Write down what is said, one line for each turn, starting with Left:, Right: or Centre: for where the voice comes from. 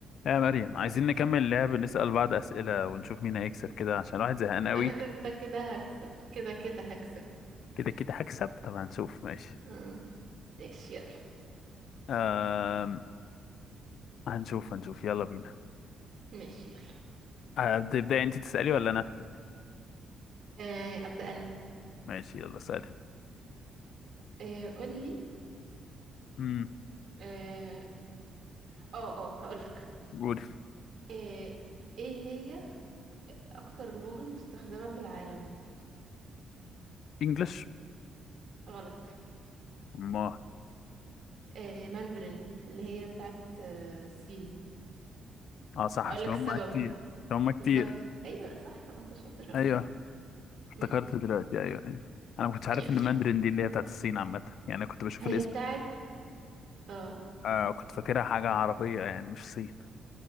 Left: يا مريم عايزين نكمل لعب نسأل بعض أسئلة ونشوف مين هيكسب كده عشان الواحد زهقان قوي
Right: انا كده كده هكسب كده كده هكسب
Left: كده كده هكسب طب هنشوف ماشي
Right: آه. ماشي يلا
Left: أم... هنشوف هنشوف يلا بينا
Right: ماشي يلا
Left: هبدأ ابدأي انت تسألي ولا أنا
Right: آه. ابدا انا
Left: ماشي يلا سألي
Right: آه. قولي
Left: امم
Right: اه اه آه، هقولك
Left: قولي
Right: آه. ايه هي اكتر لغة مستخدمة في العالم
Left: انجلش
Right: غلط
Left: ما
Right: آه. ماندرين اللي هي بتاعت آه، الصين
Left: اه صح
Right: هقولك
Left: عشان
Right: السبب
Left: هم كتير عشان هم كتير
Right: بالظبط ايوه صح طب ما انت شاطر أهو.
Left: ايوه افتكرت
Right: مم.
Left: دلوقتي ايوه ايوه انا ما كنتش عارف
Right: يلا
Left: ان ماندرين دي اللي هي بتاعت الصين عامة يعني أنا كنت بشوف
Right: هي
Left: الاسم
Right: بتاعت اه
Left: آه كنت فاكرها حاجة عربية يعني مش صين